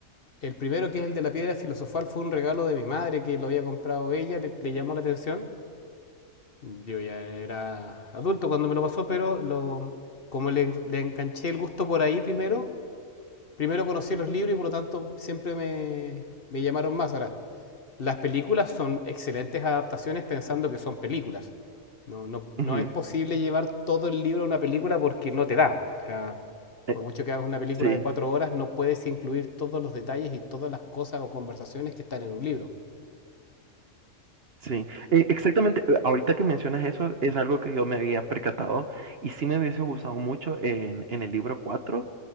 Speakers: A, on the left (about 45°); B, on the right (about 50°).
A: El primero, que es el de la piedra filosofal, fue un regalo de mi madre que lo había comprado ella, le, le llamó la atención. Yo ya era adulto cuando me lo pasó, pero lo, como le, en- le enganché el gusto por ahí primero, primero conocí los libros y por lo tanto siempre me, me llamaron más. Ahora, las películas son excelentes adaptaciones pensando que son películas. No, no, no
B: Ujú,
A: es posible llevar todo el libro a una película porque no te da. O sea,
B: eh,
A: por mucho que hagas una película
B: sí,
A: de cuatro horas, no puedes incluir todos los detalles y todas las cosas o conversaciones que están en un libro.
B: sí. Eh, exactamente, eh, ahorita que mencionas eso, es algo que yo me había percatado y sí me hubiese gustado mucho en en el libro 4.